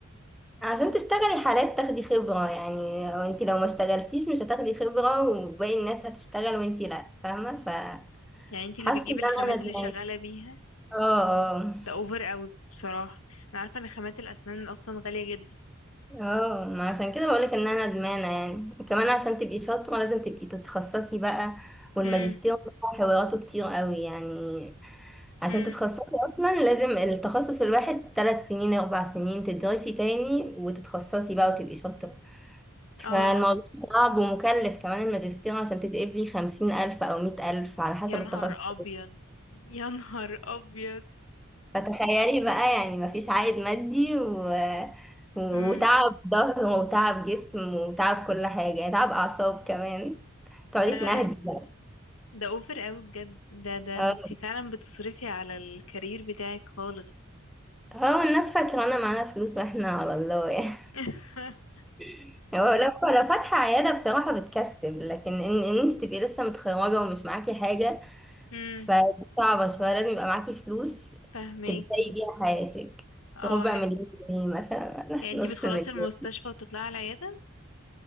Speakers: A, in the centre; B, on the left (about 80°).
A: عشان تشتغلي حالات تاخدي خبرة يعني وانتي لو ما اشتغلتيش مش هتاخدي خبرة وباقي الناس هتشتغل وانتي لا فاهمة فحاسة
B: يعني انت اللي
A: ان
B: بتجيبي الخامات
A: انا ندمانة
B: اللي شغالة بيها
A: اه اه
B: ده اوفر قوي بصراحة انا عارفة ان خامات الاسنان اصلا غالية جدا
A: اه ما عشان كده بقولك ان انا ندمانه يعني وكمان عشان تبقي شاطره لازم تبقي تتخصصي بقى والماجستير
B: امم
A: ده حواراته كتير قوي يعني عشان
B: امم
A: تتخصصي اصلا لازم التخصص الواحد ثلاث سنين اربع سنين تدرسي تاني وتتخصصي بقى وتبقي شاطره فالموضوع
B: اه
A: صعب ومكلف كمان الماجستير عشان تتقبلي خمسين الف او مئة الف على حسب
B: يا نهار
A: التخصص
B: ابيض يا نهار ابيض
A: فتخيلي بقى يعني مفيش عائد مادي و... وتعب
B: امم
A: ظهر وتعب جسم وتعب كل حاجة يعني تعب أعصاب كمان تقعدي
B: لا
A: تنهدي بقى
B: ده اوفر قوي بجد ده ده
A: اه
B: انت فعلا بتصرفي على الكارير بتاعك خالص
A: هو الناس فاكرة أنا معانا فلوس واحنا على الله يعني
B: <laughs>
A: <laughs> هو لو لو فاتحة عيادة بصراحة بتكسب لكن إن, إن أنت تبقي لسه متخرجة ومش معاكي حاجة
B: امم
A: فدي صعبة شوية لازم يبقى معاكي فلوس
B: فهماكي
A: تبدأي بيها حياتك
B: اه
A: ربع مليون جنيه مثلا ولا
B: يعني انت
A: نص
B: بتخلصي
A: مليون
B: المستشفى وتطلعي على العيادة